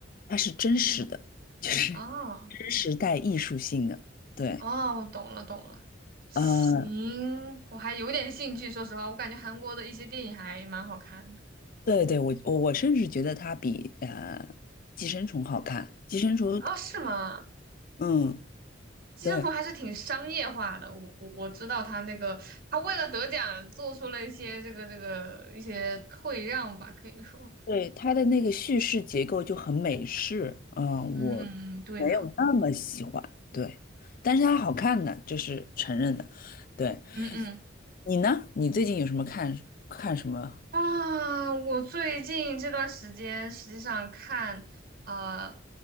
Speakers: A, on the left; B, on the right.
A: 它是真实的，就是
B: 哦
A: <laughs> 真实带艺术性的。对，
B: 哦，我懂了懂了，行，
A: 呃
B: 我还有点兴趣，说实话，我感觉韩国的一些电影还蛮好看的。
A: 对对，我我我甚至觉得它比呃《寄生虫》好看，《寄生虫》
B: 哦，是吗？
A: 嗯嗯
B: 寄生虫还是挺商业化的，
A: 对
B: 我我我知道他那个，他为了得奖做出了一些这个这个一些退让吧，可以说，
A: 对，它的那个叙事结构就很美式，嗯，
B: 嗯嗯嗯，
A: 我
B: 对的，
A: 没有那么喜欢，对，但是它好看的，这是承认的。对
B: 嗯嗯
A: 你呢？你最近有什么看看什么？
B: 啊，我最近这段时间实际上看，呃，